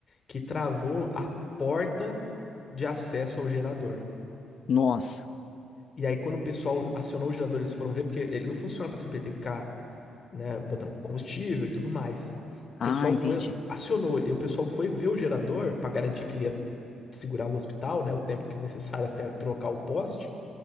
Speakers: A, on the left (about 40°); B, on the left (about 60°).
A: que travou a porta de acesso ao gerador.
B: Nossa.
A: E aí, quando o pessoal acionou o gerador, eles foram ver, porque ele não funciona para sempre, ele tem que ficar, né, botando combustível e tudo mais. O pessoal
B: Ah,
A: foi,
B: entendi.
A: acionou, e o pessoal foi ver o gerador para garantir que ele ia segurar o hospital, né, o tempo que necessário até trocar o poste.